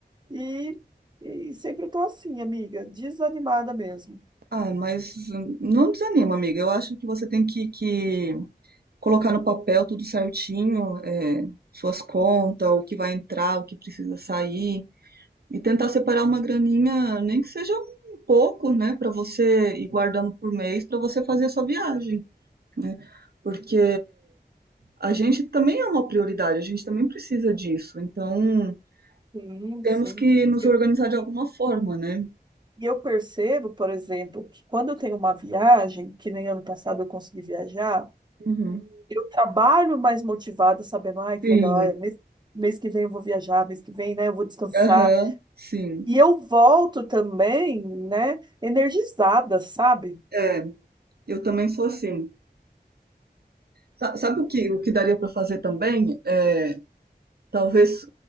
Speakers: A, on the right (about 25°); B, on the right (about 70°).
A: e, e sempre estou assim, amiga, desanimada mesmo.
B: Ah, mas hum, não desanima, amiga. Eu acho que você tem que, que colocar no papel tudo certinho, é, suas contas, o que vai entrar, o que precisa sair, e tentar separar uma graninha, nem que seja um pouco, né, para você ir guardando por mês para você fazer a sua viagem, né? Porque a gente também é uma prioridade, a gente também precisa disso. Então,
A: Sim,
B: temos
A: sim.
B: que nos
A: E
B: organizar de alguma
A: e-
B: forma, né?
A: e eu percebo, por exemplo, que quando eu tenho uma viagem, que nem ano passado eu consegui viajar,
B: Uhum.
A: Eu trabalho mais motivada, sabendo, ai, que
B: Sim,
A: legal, olha, mês, mês que vem eu vou viajar, mês que vem, né, eu vou descansar.
B: aham, sim.
A: E eu volto também, né, energizada, sabe?
B: É, eu também sou assim. Sa- Sabe o que, o que daria para fazer também? É, talvez